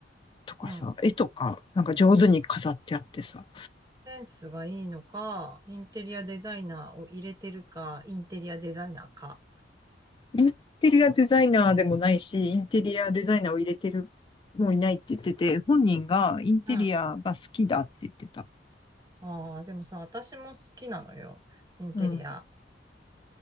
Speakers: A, on the left; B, on the right.
A: とかさ、
B: うん。
A: 絵とか、なんか上手に飾ってあってさ、
B: センスがいいのか、インテリアデザイナーを入れてるか、インテリアデザイナーか。
A: インテリアデザイナーでもないし、インテリアデザイナーを入れてる、もういないって言ってて、本人がインテリアが好きだって言ってた。
B: うん。ああ、でもさ、私も好きなのよ。インテリア。
A: うん。